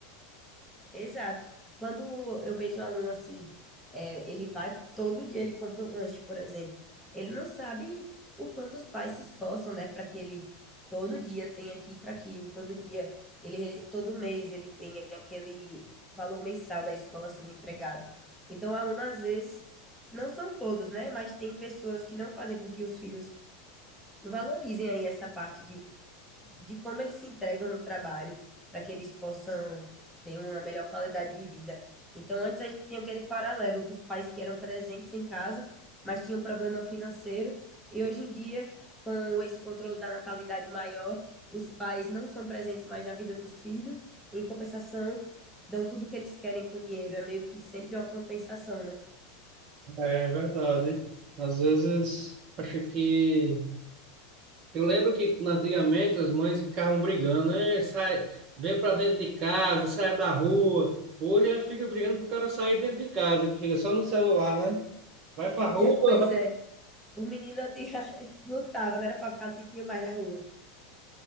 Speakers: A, in the centre; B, on the right (about 30°).
A: Exato. Quando eu vejo um aluno assim, é, ele vai todo dia, ele compra um lanche, por exemplo. Ele não sabe o quanto os pais se esforçam, né, para que ele todo dia tenha aqui para aquilo, todo dia, ele re- todo mês ele tenha aquele valor mensal da escola sendo empregado. Então, o aluno às vezes não são todos, né, mas tem pessoas que não fazem com que os filhos valorizem aí essa parte de de como eles se entregam no trabalho para que eles possam ter uma melhor qualidade de vida. Então, antes a gente tinha aquele paralelo dos pais que eram presentes em casa, mas tinham problema financeiro, e hoje em dia, com esse controle da natalidade maior, os pais não são presentes mais na vida dos filhos, em compensação, dão tudo o que eles querem com o dinheiro. É meio que sempre uma compensação, né?
B: É verdade. Às vezes, acho que. Eu lembro que antigamente as mães ficavam brigando, né? Sai, vem para dentro de casa, sai da rua. Hoje a gente fica brigando pro cara sair dentro de casa, que fica só no celular, né? Vai pra rua,
A: É, pois é, os meninos tinha <laughs> lutavam, não era para ficar um tiquinho mais na rua.